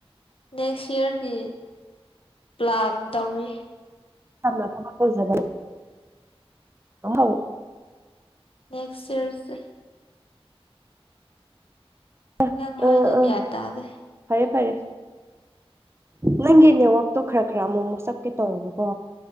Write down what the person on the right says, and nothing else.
ꯐ ꯀꯣꯖ ꯑꯥꯎ
ꯑ
ꯑ ꯑ
ꯐꯔꯦ ꯐꯔꯦ ꯅꯪꯒꯤ ꯅꯦꯠꯋꯥꯛꯛꯇꯣ ꯈꯔ ꯈꯔ ꯑꯃꯨꯛ ꯑꯃꯨꯛ ꯆꯞꯀꯦ ꯇꯧꯋꯦꯕꯀꯣ